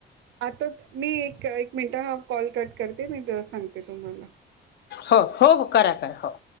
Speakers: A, on the right; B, on the left.
A: आता मी एक एक मिनटं हा कॉल कट करते मी तर सांगते तुम्हाला
B: हो हो हो करा करा हो..